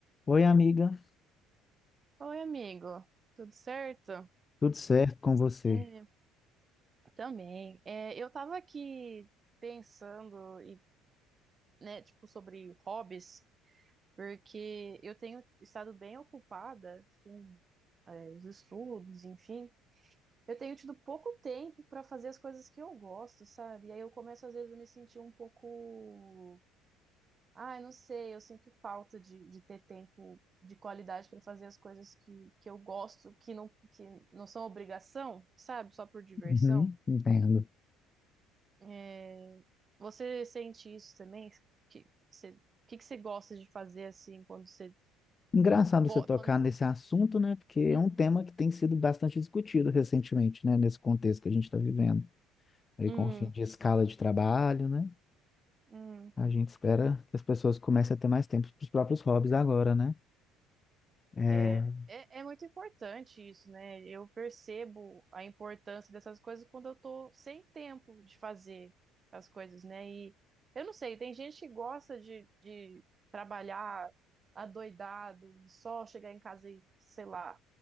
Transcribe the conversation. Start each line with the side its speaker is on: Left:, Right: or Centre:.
Left: Oi, amiga,
Right: Oi, amigo. Tudo certo?
Left: tudo certo com você?
Right: É, também. É, eu tava aqui pensando e, né, tipo, sobre hobbies, porque eu tenho estado bem ocupada com, é, os estudos, enfim. Eu tenho tido pouco tempo para fazer as coisas que eu gosto, sabe? E aí eu começo, às vezes, a me sentir um pouco Ah, eu não sei, eu sinto falta de, de ter tempo de qualidade para fazer as coisas que, que eu gosto, que não, que não são obrigação, sabe? Só por diversão.
Left: Uhum, entendo.
Right: É, Você sente isso também? Que você, o que que você gosta de fazer assim quando você
Left: Engraçado
Right: po-
Left: você tocar
Right: quando você
Left: nesse assunto, né? Porque é
Right: Hum,
Left: um tema que tem sido bastante discutido recentemente, né? Nesse contexto que a gente está vivendo. Aí
Right: hum,
Left: com o fim de escala de trabalho, né?
Right: hum.
Left: A gente espera que as pessoas comecem a ter mais tempo para os próprios hobbies agora, né? É,
Right: É, é, é muito importante isso, né? Eu percebo a importância dessas coisas quando eu tô sem tempo de fazer as coisas, né? E eu não sei, tem gente que gosta de, de trabalhar adoidado e só chegar em casa e, sei lá,